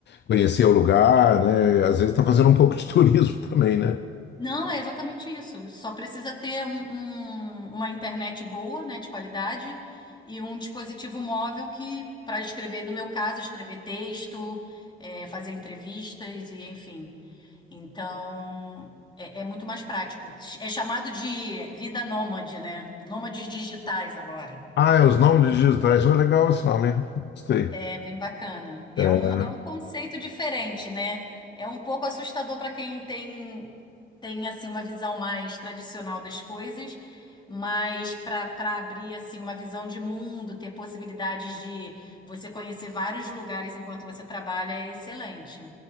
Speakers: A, on the left (about 60°); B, on the left (about 25°).
A: conhecer o lugar, né? Às vezes está fazendo um pouco de <laughs> turismo também, né?
B: Não, é exatamente isso. Só precisa ter um- um- uma internet boa, né, de qualidade, e um dispositivo móvel que, para escrever, no meu caso, escrever texto, é, fazer entrevistas e enfim. Então, é, é muito mais prático. É chamado de vida nômade, né? Nômades digitais agora.
A: Ah, é os nomes digitais, oh, legal esse nome, hein? gostei.
B: É bem bacana. É
A: É,
B: um, é um conceito diferente, né? É um pouco assustador para quem tem, tem assim uma visão mais tradicional das coisas, mas para para abrir assim uma visão de mundo, ter possibilidades de você conhecer vários lugares enquanto você trabalha é excelente.